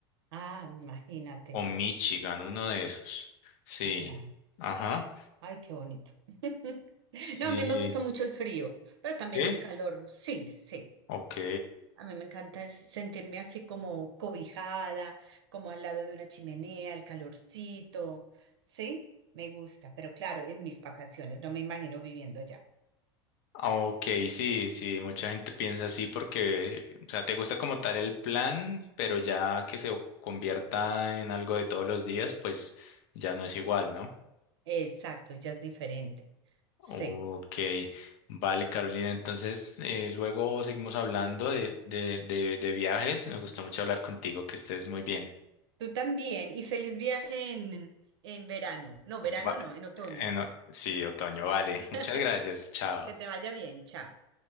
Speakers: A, on the right; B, on the left.
A: Ah, imagínate,
B: o Michigan, uno de esos. Sí.
A: ya.
B: Ajá.
A: Ay, qué bonito. <laughs>
B: Sí.
A: No, a mí me gusta mucho el frío, pero también
B: ¿Sí?
A: el calor. Sí, sí.
B: Ok.
A: A mí me encanta es sentirme así como cobijada, como al lado de una chimenea, el calorcito. Sí, me gusta, pero claro, en mis vacaciones, no me imagino viviendo allá.
B: Ok, sí, sí, mucha gente piensa así porque, o sea, te gusta como tal el plan, pero ya que se o- convierta en algo de todos los días, pues ya no es igual, ¿no?
A: Exacto, ya es diferente. Sí.
B: Ok, vale, Carolina, entonces eh, luego seguimos hablando de, de, de, de viajes. Me gustó mucho hablar contigo, que estés muy bien.
A: Tú también, y feliz viaje en, en verano. No, verano
B: Va-
A: no, en otoño.
B: eh, no, sí, Otoño, vale.
A: <laughs>
B: Muchas gracias, chao.
A: Que te vaya bien, chao.